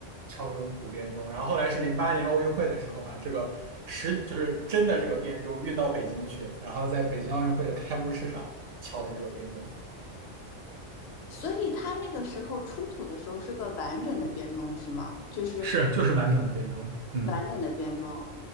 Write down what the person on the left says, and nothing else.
所以它那个时候出土的时候是个完整的编钟是吗？就是
完整的编钟。